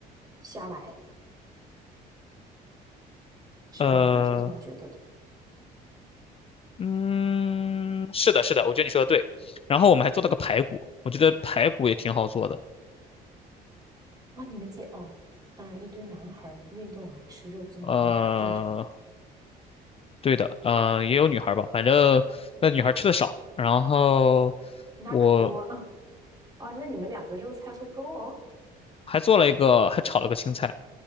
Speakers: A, on the right (about 25°); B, on the left (about 35°).
A: 瞎来，是吧？
B: 呃，
A: 我是这么觉得的。
B: 嗯，是的，是的，我觉得你说的对。然后我们还做了个排骨，我觉得排骨也挺好做的。
A: 哇，你们鸡哦，当然一堆男孩儿运动完吃肉这么多也是正常的，
B: 呃，对的，呃，也有女孩儿吧，反正那女孩儿吃的少。然后
A: 那可不啊。
B: 我
A: 啊，那你们两个肉菜会够。哦。
B: 还做了一个，还炒了个青菜，